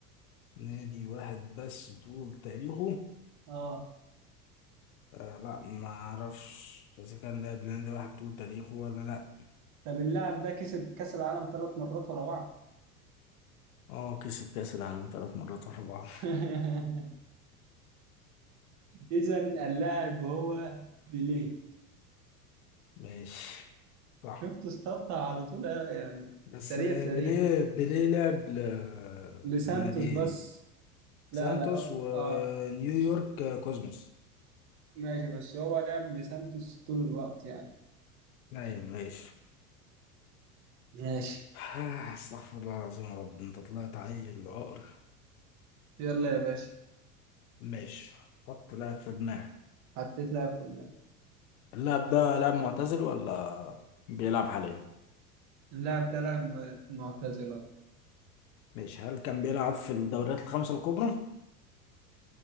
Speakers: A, on the left (about 65°); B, on the right (about 40°).
A: نادي واحد بس طول تاريخه
B: اه
A: آه لا ما أعرفش إذا كان لاعب نادي واحد طول تاريخه ولا لأ
B: طب اللاعب ده كسب كأس العالم ثلاث مرات ورا بعض
A: اه كسب كأس العالم ثلاث مرات ورا بعض
B: <laughs> إذا اللاعب هو بيليه
A: ماشي صح
B: شفت استطع على طول آه، يعني
A: بس
B: سريع
A: آه،
B: سريع
A: بيليه بيليه لعب ل-
B: لسانتوس
A: للناديين
B: بس لا
A: سانتوس
B: لا اه
A: ونيويورك
B: آه،
A: آه، كوزموس
B: ماشي بس هو لعب لسانتوس طول الوقت يعني
A: أيوه ماشي
B: ماشي
A: آه، استغفر الله العظيم يا رب انت طلعت عيل عقر
B: يلا يا باشا
A: ماشي حط لاعب في دماغك
B: حطيت لاعب في اللاعب
A: اللاعب ده لاعب معتزل ولا بيلعب حاليا
B: اللاعب ده لاعب م- معتزل أهو.
A: ماشي هل كان بيلعب في الدوريات الخمسة الكبرى